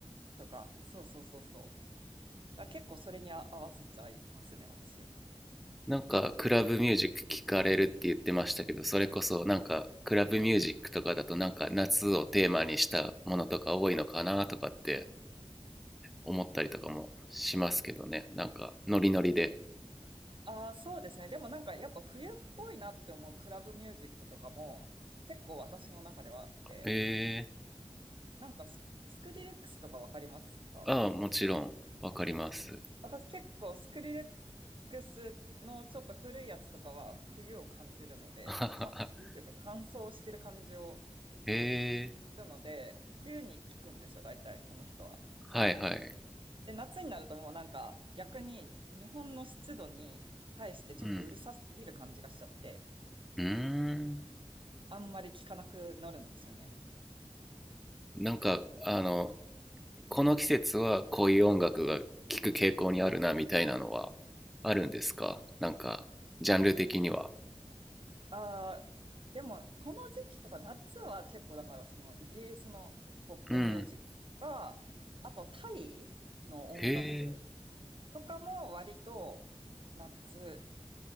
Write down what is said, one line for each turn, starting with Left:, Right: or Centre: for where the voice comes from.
Right: とか、そうそうそうそう。あ、結構それにあ合わせちゃいますね、私。
Centre: なんかクラブミュージック聞かれるって言ってましたけど、それこそなんかクラブミュージックとかだとなんか夏をテーマにしたものとか多いのかなとかって思ったりとかもしますけどね。なんかノリノリで。
Right: ああ、そうですね。でもなんかやっぱ冬っぽいなって思うクラブミュージックとかも結構私の中ではあって、
Centre: え
Right: なんかス、スクリレックスとかわかりますか
Centre: ー、ああ、もちろんわかります。
Right: 私結構スクリレックスのちょっと古いやつとかは冬を感じるので、
Centre: <laughs>
Right: か、冬というか乾燥してる感じを
Centre: え
Right: するので、冬に聞くんですよ、大体この人は。
Centre: ー、はいはい。
Right: で、夏になるともうなんか逆に日本の湿度に対してちょっとうるさすぎる感じがしちゃって、
Centre: うん。うーん。
Right: あんまり効かなくなるんですよね。
Centre: なんかあの、この季節はこういう音楽が聴く傾向にあるなみたいなのはあるんですかなんかジャンル的には。
Right: ああ、でもこの時期とか夏は結構だからそのイギリスのポップミュージックが、
Centre: うん。
Right: あとタイの音楽
Centre: へえ。
Right: とかも割と夏